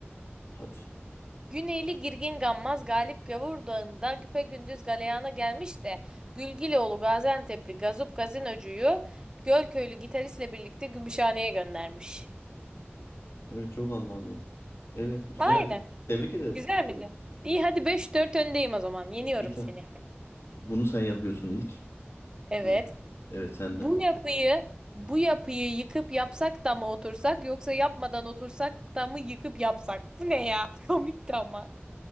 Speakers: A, on the left; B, on the right.
A: Hadi.
B: Güneyli Girgin Gammaz Galip Gavur Dağı'nda güpegündüz galeyana gelmiş de Gülgiloğlu Gaziantep'li Gazup Gazinocu'yu Gölköylü gitaristle birlikte Gümüşhane'ye göndermiş.
A: Evet çok anlamlı. Evet güzeldi.
B: Aynen.
A: Tebrik ederim.
B: Güzel miydi? İyi hadi beş dört öndeyim o zaman. Yeniyorum
A: Bir tane.
B: seni.
A: Bunu sen yapıyorsun ilk
B: Evet.
A: mi? Evet sen
B: Bu
A: de.
B: yapıyı bu yapıyı yıkıp yapsak da mı otursak yoksa yapmadan otursak da mı yıkıp yapsak? Bu ne ya? <laughs> Komikti ama.